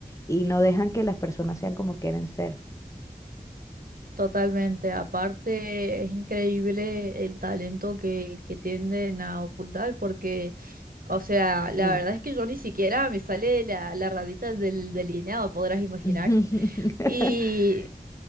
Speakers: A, on the left; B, on the right.
A: y no dejan que las personas sean como quieren ser.
B: totalmente. Aparte, es increíble el talento que, que tienden a ocultar porque, o sea,
A: Sí.
B: la verdad es que yo ni siquiera me sale la, la ratita del delineado, podrás imaginar.
A: <laughs>
B: Y